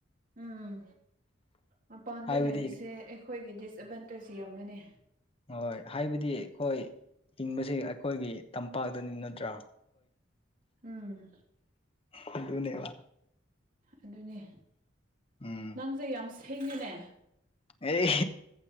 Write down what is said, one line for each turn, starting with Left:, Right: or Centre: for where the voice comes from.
Right: ꯎꯝ ꯃꯄꯥꯟꯗ
Left: ꯍꯥꯏꯕꯗꯤ
Right: ꯂꯩꯕꯁꯦ ꯑꯩꯈꯣꯏꯒꯤ ꯗꯤꯁꯑꯠꯚꯟꯇꯦꯖ ꯌꯥꯝꯕꯅꯦ
Left: ꯍꯣꯏ ꯍꯥꯏꯕꯗꯤ ꯑꯩꯈꯣꯏ ꯍꯤꯡꯕꯁ‌ꯦ ꯑꯩꯈꯣꯏꯒꯤ ꯇꯝꯄꯥꯛꯇꯅꯤ ꯅꯠꯇ꯭ꯔꯥ
Right: ꯎꯝ
Left: ꯈ ꯑꯗꯨꯅꯦꯕ
Right: ꯑꯗꯨꯅꯦ
Left: ꯎꯝ
Right: ꯅꯪꯁꯦ ꯌꯥꯝ ꯁꯦꯡꯉꯦꯅꯦ
Left: ꯑꯩ